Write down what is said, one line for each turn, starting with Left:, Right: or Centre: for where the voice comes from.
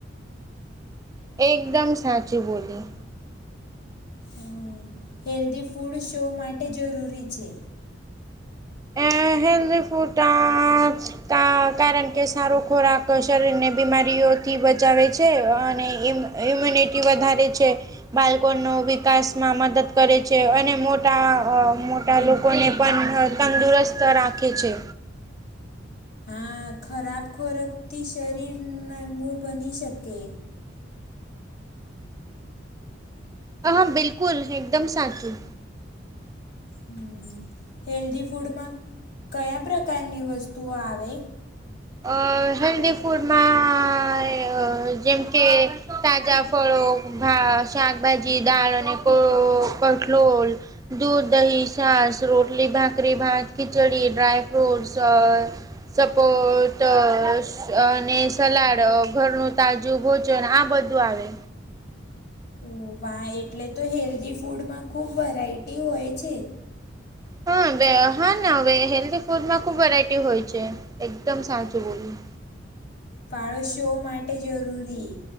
Right: એકદમ સાચી બોલી.
Left: હમ, હેલ્ધી ફૂડ શો માટે જરૂરી છે?
Right: એ હેલીફટાસ કારણ કે સારો ખોરાક શરીર ને બીમારીઓથી બચાવે છે અને એમ ઇમ્યુનિટી વધારે છે. બાળકો ન વિકાસમાં મદદ કરે છે અને મોટા મોટા લોકોને પણ તંદુરુસ્ત રાખે છે.
Left: આ ખરાબ ખોરાક થી શરીર નિબૂળ બની શકે.
Right: હ હા બિલકુલ એકદમ સાચું.
Left: હમ. હેલ્ધી ફૂડમાં કયા પ્રકારની વસ્તુઓ આવે?
Right: અ હેલ્ધી ફૂડમાં જેમ કે, તાજા ફળો ભા શાકભાજી દાળ અને કટલોલ. દૂધ દહી સાસ રોટલી ભાકરી ભાત ખિચડી ડ્રાય ફ્રૂટ સોસ. સપોઝ. તો અને સલાડ ઘરનું તાજું ભોજન આ બધું આવે.
Left: ઓ વાહ એટલે તો હેલ્ધી ફૂડમાં ખુબ વેરાયટી હોય છે.
Right: આવે હા હવે હેલ્ધ ફૂડમાં ખુબ વેરાયટી હોય છે, એકદમ સાચું બોલ્યું.
Left: ફાળોશો માટે જરૂરી.